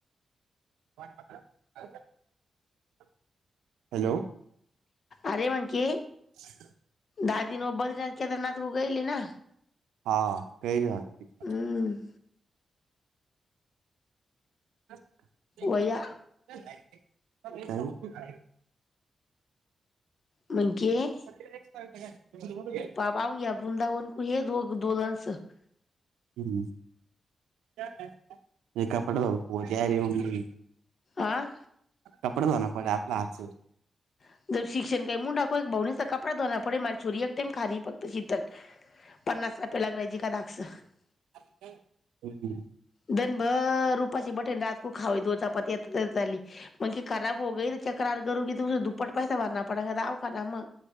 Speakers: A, on the right; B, on the left.
A: हॅलो.
B: अरे <unintelligible>
A: <inaudible>
B: दादी न वो बद्रीनाथ केदारनाथ वो गयेल ए ना?
A: हा <unintelligible>
B: हम्म.
A: <unintelligible>
B: वया-
A: <unintelligible>
B: म्हणजे -
A: <inaudible>
B: <unintelligible>
A: <unintelligible>
B: आं?
A: कपडे धोन पडे अपने हाथ स.
B: <unintelligible> <unintelligible>
A: हम्म ह.
B: दिवसभर उपाशी बैठे रातको खावे दो चपाती <unintelligible> मैं की खराब हो गई तो तक्रार <unintelligible> दुप्पट पैसा भरणा पडेगा दवाखानाम